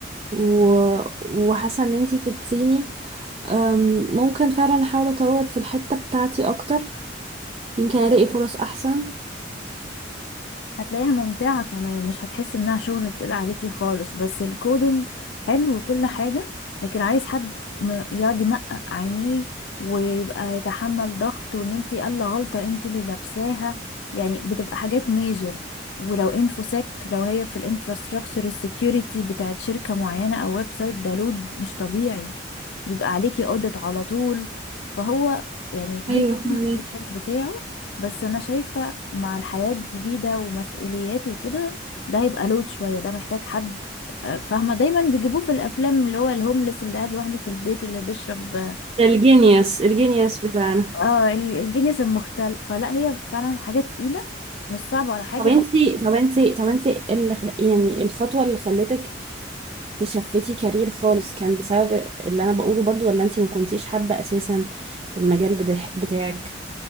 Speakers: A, on the right; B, on the left.
A: و... وحاسه ان انتي فدتيني أم، ممكن فعلا احاول اطور في الحته بتاعتي اكتر يمكن الاقي فرص احسن
B: هتلاقيها ممتعة كمان مش هتحس انها شغل تقيل عليكي خالص بس الكودينج حلو وكل حاجة لكن عايز حد م- يقعد يمقق عينيه ويبقى يتحمل ضغط وان انت قال غلطة انت اللي لابساها يعني بتبقى حاجات ميجر ولو انفوسيك لو هي في الانفراستراكشر السكيورتي بتاعت شركة معينة او ويب سايت ده لود مش طبيعي ويبقى عليكي audit على طول فهو يعني ليه
A: ايوه
B: الحلو
A: فهماكي
B: وليه الوحش بتاعه بس انا شايفة مع الحياة الجديدة ومسؤوليات وكده ده هيبقى لود شوية ده محتاج حد آه، فاهمة دايما بيجيبوه في الافلام اللي هو الهوملس اللي قاعد لوحده في البيت اللي بيشرب آه،
A: ده الجينيوس الجينيوس بتاعنا
B: اه ال- الجنس المختل فلا هي فعلا حاجة تقيلة مش صعبة ولا حاجة
A: طب انتي طب انتي طب انتي إيه اللي خ- يعني الخطوه اللي خلتك تشفتي كارير خالص كان بسبب اللي انا بقوله برضو ولا انتي ما كنتيش حابه اساسا المجال بتاع- بتاعك